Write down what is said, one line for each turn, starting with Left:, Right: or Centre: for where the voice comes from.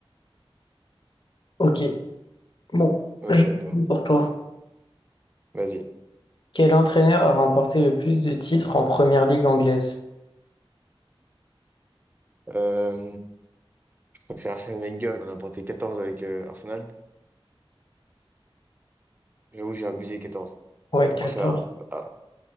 Left: Ok, bon,
Right: Vas-y,
Left: je
Right: à toi.
Left: pour toi.
Right: Vas-y.
Left: Quel entraîneur a remporté le plus de titres en première ligue anglaise?
Right: Euh, je crois que c'est Arsène Wenger, il en a porté 14 avec euh, Arsenal. J'avoue, j'ai abusé 14.
Left: Ouais,
Right: Mais pour
Left: 14.
Right: moi, c'est Ar- Ar-